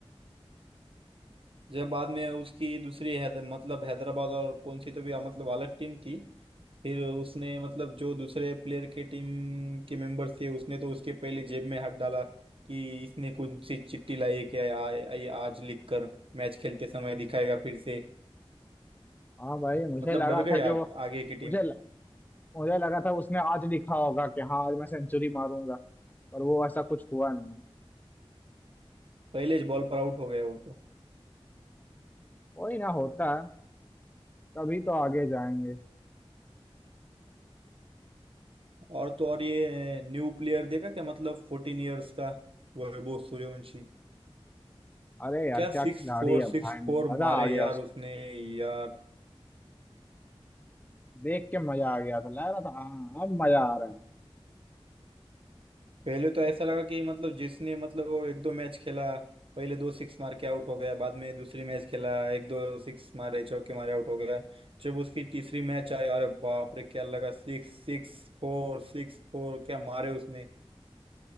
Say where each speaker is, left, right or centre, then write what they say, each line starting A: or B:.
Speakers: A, on the right; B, on the left.
A: जब बाद में उसकी दूसरी हैदर, मतलब हैदराबाद और कौन सी तो भी मतलब अलग टीम थी फिर उसने मतलब जो दूसरे प्लेयर के टीम के मेंबर थे उसने तो उसके पहले जेब में हाथ डाला कि इसने कौन सी चिट्ठी लाई है क्या आ, आ, आज लिखकर मैच खेलते समय दिखाएगा फिर से
B: हाँ भाई मुझे
A: मतलब
B: लगा
A: डर गए
B: था कि
A: आप
B: वो
A: आगे की टीम
B: मुझे मुझे लगा था उसने आज लिखा होगा कि हाँ आज मैं सेंचुरी मारूंगा पर वो ऐसा कुछ हुआ नहीं
A: पहले बॉल पर आउट हो गया वो तो
B: वही ना होता है कभी तो आगे जाएंगे
A: और तो और ये न्यू प्लेयर देखा क्या मतलब फोर्टीन इयर्स का वैभव सूर्यवंशी
B: अरे यार
A: क्या
B: क्या
A: सिक्स
B: खिलाड़ी
A: फोर
B: है
A: सिक्स
B: भाई
A: फोर
B: मजा
A: मारे
B: आ गया
A: यार
B: उस
A: उसने यार
B: देख के मजा आ गया था लग रहा था हाँ अब मजा आ रहा है
A: पहले तो
B: बहुत
A: ऐसा लगा कि मतलब जिसने मतलब वो एक दो मैच खेला पहले दो सिक्स मार के आउट हो गया बाद में दूसरी मैच खेला एक दो सिक्स मारे चौके मारे आउट हो गया जब उसकी तीसरी मैच आई अरे बाप रे क्या लगा सिक्स सिक्स फोर सिक्स फोर क्या मारे उसने